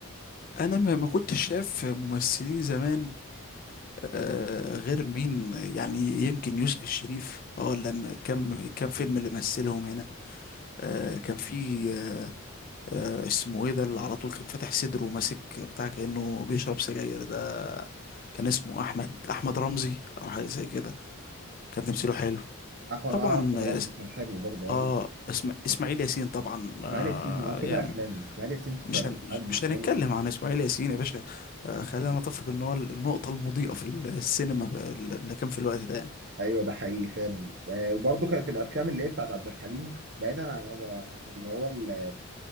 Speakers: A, on the left; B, on the right.
A: انا ما ما كنتش شايف ممثلين زمان آه غير مين يعني يمكن يوسف الشريف اه لما كم كم فيلم اللي مثلهم هنا آه كان في آه اسمه ايه ده اللي على طول كان فاتح صدره وماسك بتاع كأنه بيشرب سجاير ده كان اسمه احمد احمد رمزي او حاجه زي كده كان تمثيله حلو
B: احمد
A: طبعا
B: اه احمد
A: آه،
B: رمزي كان حلو برضه
A: اه
B: آه،
A: اسم... اسماعيل ياسين طبعا آه
B: اسماعيل ياسين اه كل
A: يعني
B: افلامه اسماعيل ياسين في الطيران
A: مش هن...
B: الحربي
A: مش
B: اسماعيل
A: هنتكلم
B: ياسين في
A: عن اسماعيل ياسين يا باشا آه
B: الحرب.
A: خلينا نتفق ان هو النقطة المضيئة في السينما ب- اللي كان في الوقت ده يعني
B: ايوه ده حقيقي فعلا آه، وبرضه كانت الافلام اللي هي بتاعت عبد الحليم بعيدا عن عن اللي هو ال-